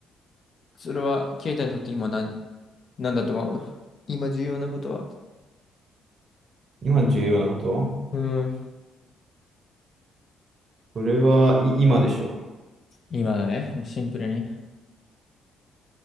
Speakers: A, on the left (about 45°); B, on the right (about 50°).
A: それは、ケイタにとって今なん、なんだと思う今重要なことは。
B: 今重要なこと
A: うん。
B: それはい今でしょ。
A: 今だね。シンプルに。